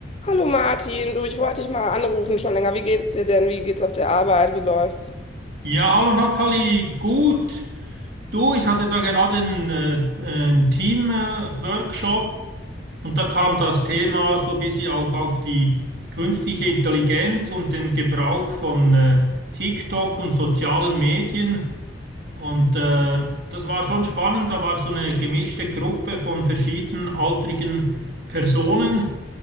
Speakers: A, on the left; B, on the right.
A: Hallo Martin, du, ich wollte dich mal anrufen schon länger. Wie geht's dir denn? Wie geht's auf der Arbeit? Wie läuft's?
B: Ja, hallo Nathalie, gut. Du, ich hatte da gerade einen, äh, einen Team-Workshop und da kam das Thema so ein bisschen auch auf die künstliche Intelligenz und den Gebrauch von äh, TikTok und sozialen Medien. Und äh, das war schon spannend, da war so eine gemischte Gruppe von verschiedenen altrigen Personen.